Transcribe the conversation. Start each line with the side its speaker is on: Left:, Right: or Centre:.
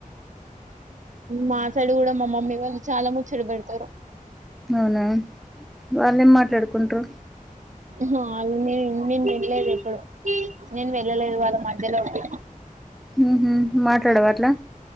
Right: మా సైడ్ కూడా మా మమ్మీ వాళ్ళు చాలా ముచ్చడు పెడతారు
Centre: అవునా వాళ్ళేం మాట్లాడుకుంట్రు
Right: హ అని నేను వెళ్ళలేదు ఇప్పుడు నేను వెళ్ళలేదు వాళ్ళ మధ్యలోకి
Centre: హహ మాట్లాడవా అట్లా